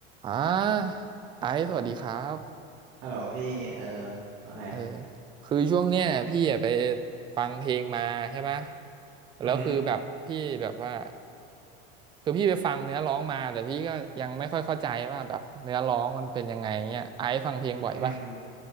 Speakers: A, on the right (about 15°); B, on the right (about 55°).
A: อ่าไอซ์สวัสดีครับ
B: ฮัลโหลพี่เออว่าไง
A: เออคือช่วงเนี้ยพี่อะไปฟังเพลงมาใช่ปะ
B: อือฮึ
A: แล้วคือแบบพี่แบบว่าคือพี่ไปฟังเนื้อร้องมาแต่พี่ก็ยังไม่ค่อยเข้าใจว่าแบบเนื้อร้องมันเป็นยังไงเงี้ยไอซ์ฟังเพลงบ่อยปะ
B: อือฮึ